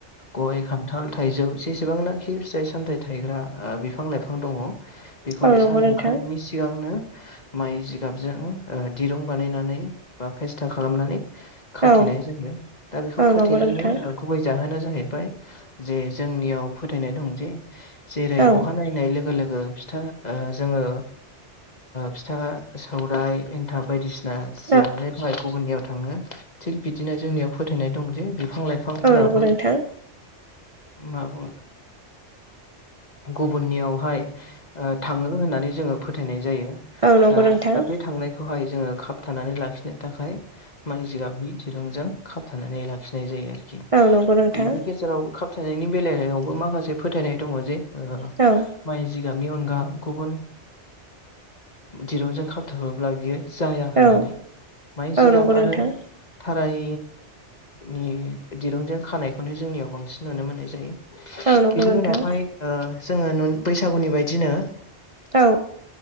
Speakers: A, on the left (about 35°); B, on the right (about 35°).
A: गय खान्थाल थाइजौ जेसेबांनाखि फिथाइ सामथायाइ थायग्रा बिफां लाइफां दङ बेखौहाय
B: औ नंगौ
A: सान
B: नोंथां
A: ओंखारैनि सिगांनो माइ जिगाबजों दिरुं बानायनानै बा फेस्था खालामनानै खाथेनाय
B: औ
A: जायो दा बेखौ
B: औ नंगौ
A: खाथेनायनि
B: नोंथां
A: गुबै जाहोना जाहैबाय जे जोंनियाव फोथायनाय दं जे जेरै
B: औ
A: अखानायै नाय लोगो लोगो फिथा जोङो फिथा सौरायाइ एन्थाब बायदिसिना ना
B: औ
A: जानो थाखाय गुबुननियाव थाङो थिग बिदिनो जोंनियाव फोथायनाय दं जे बिफां लाइफां बिफांफोराबो
B: नंगौ नोंथां
A: मा बुंङो गुबुननियावहाय थाङो होननानै जोङो फोथायनाय जायो
B: औ औ नंगौ नोंथां
A: दा दा बे थांनाय खौहाय जोङो खाबथानानै लाखिनो थाखाय माइ जिगाबनि दिरुंजों खाब थानानै लाखिनाय जायो आरोखि
B: औ औ नंगौ नोंथां
A: बेनि गेजेराव खाबथानायनि बेलायावबो माखासे फोथायनाय दङ जे
B: औ
A: माइ जिगाबनि अनगा गुबुन दिरुंजों खाबथाबोब्ला बियो जाया
B: औ
A: होननानै माइ जिगाब
B: औ नंगौ नोंथां
A: आरो थाराय नि दिरुंजों खानायखौनो जोंनियाव बांसिन नुनो मोननाय जायो
B: औ नंगौ
A: बिनि
B: नोंथां
A: उनावहाय जोङो बैसागुनि बायदिनो
B: औ